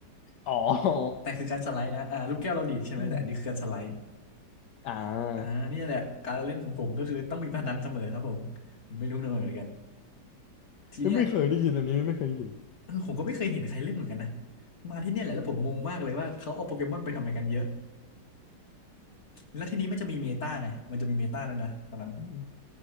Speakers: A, on the left (about 70°); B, on the left (about 40°).
A: อ๋อ
B: แต่คือการสไลด์นะอ่าลูกแก้วเราดีดใช่ไหมแต่อันนี้คือการสไลด์
A: อืมอ่า
B: อ่าเนี่ยแหละการเล่นของผมก็คือต้องมีพนันเสมอครับผมผมไม่รู้ทำไมเหมือนกันทีเนี้ย
A: เฮ้ยไม่เคยได้ยินอันนี้ไม่เคยได้ยิน
B: เออผมก็ไม่เคยเห็นใครเล่นเหมือนกันนะมาที่เนี่ยแหละแล้วผมงงมากเลยว่าเขาเอาโปเกมอนไปทำอะไรกันเยอะ แล้วทีนี้มันจะมีเมตาไงมันจะมีเมตาแล้วยนะตอนนั้น
A: อืม